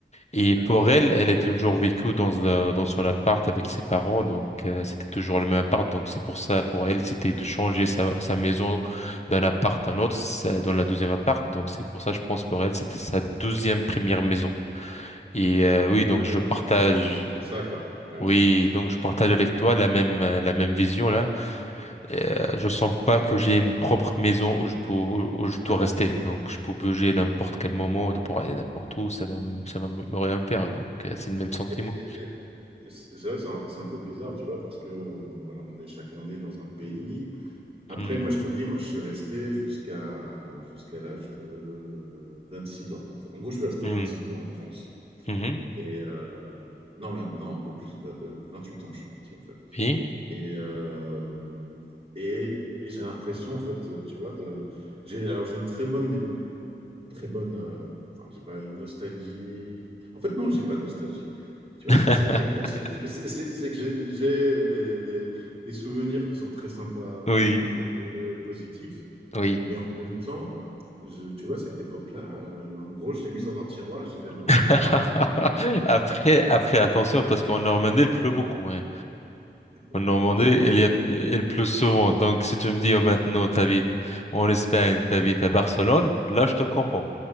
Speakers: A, on the left; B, on the right.
A: Et
B: ouais.
A: pour elle, elle est toujours vécue dans, euh, dans son appart avec ses parents, donc euh, c'était toujours le même appart. Donc c'est pour ça, pour elle, c'était de changer sa, sa maison d'un appart à un autre, ça- dans la deuxième appart. Donc c'est pour ça, je pense, pour elle, c'était sa deuxième première maison. Et euh, oui, donc
B: Ah
A: je
B: oui,
A: partage,
B: d'ac- ah oui, donc c'est pour ça, quoi. Ouais,
A: oui,
B: c'est pour ça,
A: donc
B: quoi.
A: je partage avec toi la même euh, la même vision là. Euh, je sens pas que j'ai une propre maison où je peux où je dois rester. Donc je peux bouger n'importe quel moment, de pouvoir aller n'importe où, ça va m- ça va me me rien faire. Donc euh, c'est le même sentiment.
B: Et- et- et- C'est c'est vrai que c'est un, c'est un peu bizarre, tu vois, parce que euh, voilà, on est chacun né dans un pays. Après,
A: hmm
B: moi, je te dis, moi, je suis resté jusqu'à jusqu'à l'âge de euh, six ans. En fait, en gros, je suis resté
A: hmm
B: vingt six ans en France.
A: Mhm.
B: Et euh, non, même, non, un peu plus, vingt vingt huit ans, je suis parti, en fait.
A: Oui.
B: Et, euh, et, et j'ai l'impression, en fait, tu vois, de, j'ai, alors j'ai une très bonne mémoire, très bonne. euh, Enfin, j'ai pas une nostalgie. En fait, non, j'ai pas de nostalgie. Tu vois,
A: <laughs>
B: c'est ça qui est amusant, c'est c'est- c'est- c'est que j'ai j'ai des, des- des souvenirs qui sont très sympas, franchement
A: Oui.
B: joyeux et positifs,
A: Oui.
B: mais en même temps, je- tu vois, cette époque-là, euh, en gros, je l'ai mise dans un tiroir, et j'ai fermé,
A: <laughs>
B: fermé le tiroir.
A: Après, après, attention, parce qu'en Normandie, il pleut beaucoup. hein. En
B: <laughs>
A: Normandie, il y a, il pleut souvent. Donc, si tu me dis oh, maintenant, t'habites en Espagne, t'habites à Barcelone, là, je te comprends.